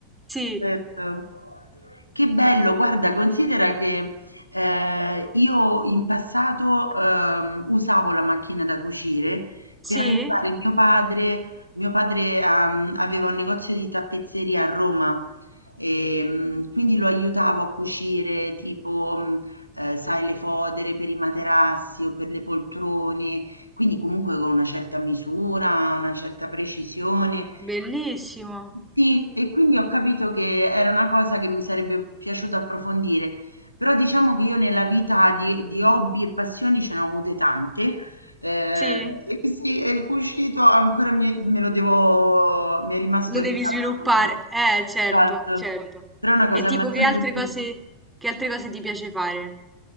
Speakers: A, in the centre; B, on the left.
A: Sì,
B: certo. Che bello, guarda, considera che eh, io in passato ehm, usavo la macchina da cucire
A: sì,
B: per aiutare mio padre. Mio padre ehm, aveva un negozio di tappezzeria a Roma e mm, quindi lo aiutavo a cucire tipo, mm, eh, sai, le fodere per i materassi o per le poltrone, quindi comunque con una certa misura, una certa precisione.
A: bellissimo.
B: Sì, e quindi ho capito che era una cosa che mi sarebbe piaciuto approfondire, però diciamo che io nella vita di, di hobby e passioni ce ne ho avute tante, eh,
A: Sì,
B: e sì, e il cucito ancora mi- me lo devo, mi è rimasto
A: lo devi
B: lì da
A: sviluppare.
B: approfondire.
A: Eh, certo,
B: Esatto.
A: certo.
B: Però è una
A: E
B: cosa
A: tipo
B: che mi ha
A: che
B: sempre
A: altre cose,
B: interessato.
A: che altre cose ti piace fare?